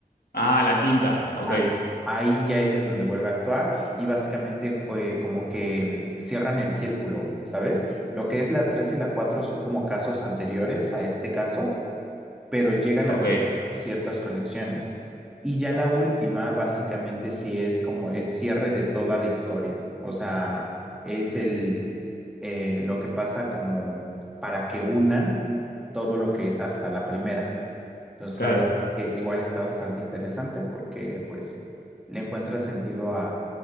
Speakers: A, on the left; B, in the centre.
A: Ah, la quinta. Ok,
B: Ah, ahí ya es en donde vuelve a actuar y básicamente eh, como que cierran el círculo, ¿sabes? Lo que es la 3 y la 4 son como casos anteriores a este caso pero llegan
A: ok,
B: a tener ciertas conexiones. Y ya la última, básicamente, sí es como el cierre de toda la historia. O sea, es el eh, lo que pasa como para que unan todo lo que es hasta la primera. Entonces,
A: claro.
B: la verdad es que igual está bastante interesante porque pues le encuentra sentido a,